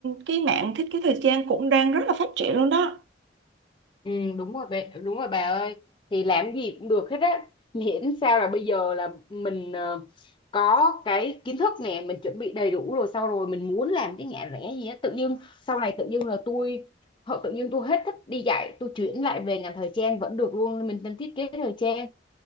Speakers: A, on the right (about 80°); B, on the left (about 25°).
A: cái mảng thiết kế thời trang cũng đang rất là phát triển luôn đó.
B: Ừ, đúng rồi bé, đúng rồi bà ơi thì làm gì cũng được hết á miễn sao là bây giờ là mình ờ, có cái kiến thức nè mình chuẩn bị đầy đủ rồi sau rồi mình muốn làm cái ngã rẽ gì á tự dưng sau này tự dưng là tôi họ tự dưng tôi hết thích đi dạy tôi chuyển lại về ngành thời trang vẫn được luôn mình đang thiết kế thời trang